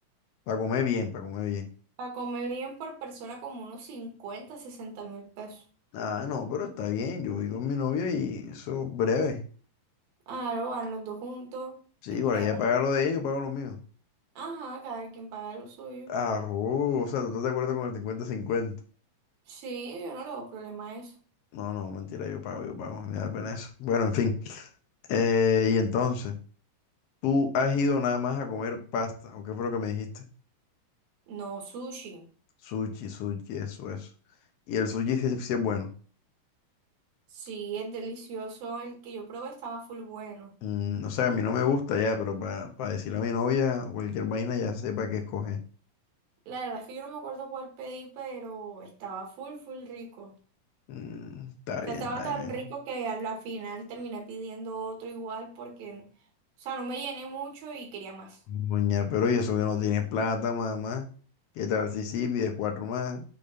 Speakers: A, on the left; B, on the right.
A: Para comer bien, para comer bien.
B: Para comer bien por persona como unos 50, sesenta mil pesos.
A: Ah, no, pero está bien, yo voy con mi novia y eso breve.
B: Claro, van los dos juntos
A: Sí,
B: y
A: igual
B: prueban.
A: ella paga lo de ellos, pago lo mío.
B: Ajá, cada quien paga lo suyo.
A: Ah, oh, o sea, ¿tú estás de acuerdo con el cincuenta-cincuenta?
B: Sí, yo no le veo problema a eso.
A: No, no, mentira, yo pago, yo pago, me da pena eso. Bueno, en fin. Eh, y entonces, ¿tú has ido nada más a comer pasta? ¿O qué fue lo que me dijiste?
B: No, sushi.
A: Sushi, sushi, eso, eso. Y el sushi sí, sí es bueno.
B: Sí, es delicioso. El que yo probé estaba full bueno.
A: Mm, o sea, a mí no me gusta ya, pero para decirle a mi novia o cualquier vaina ya sepa qué escoger.
B: La verdad es que yo no me acuerdo cuál pedí, pero estaba full, full rico.
A: Mm, está
B: O
A: bien,
B: sea, estaba
A: está
B: tan
A: bien.
B: rico que al la final terminé pidiendo otro igual porque, o sea, no me llené mucho y quería más.
A: Uña, pero y eso que no tienes plata, mamá. ¿Qué tal si sí pides cuatro más?